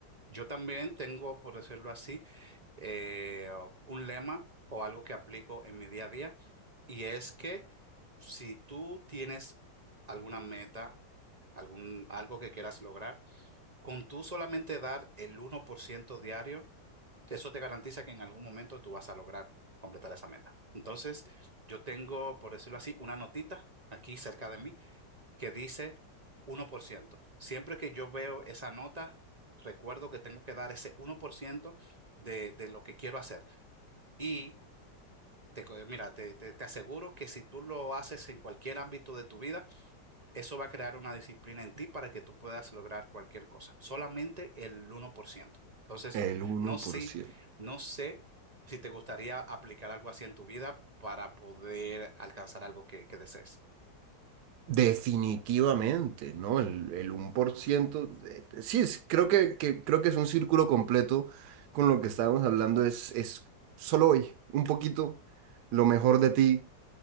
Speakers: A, on the right; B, on the right.
A: Yo también tengo, por decirlo así, eh, un lema o algo que aplico en mi día a día, y es que si tú tienes alguna meta, algún, algo que quieras lograr, Con tú solamente dar el uno por ciento diario, eso te garantiza que en algún momento tú vas a lograr completar esa meta. Entonces, yo tengo, por decirlo así, una notita aquí cerca de mí que dice uno por ciento. Siempre que yo veo esa nota, recuerdo que tengo que dar ese uno por ciento de, de lo que quiero hacer. Y te, co- mira, te, te te aseguro que si tú lo haces en cualquier ámbito de tu vida, eso va a crear una disciplina en ti para que tú puedas lograr cualquier cosa. Solamente el uno por ciento Entonces,
B: El uno
A: no sé,
B: por ciento
A: no sé si te gustaría aplicar algo así en tu vida para poder alcanzar algo que, que desees.
B: Definitivamente, ¿no? El, el 1%, eh, sí, es, creo que, que- creo que es un círculo completo con lo que estábamos hablando, es, es solo hoy, un poquito, lo mejor de ti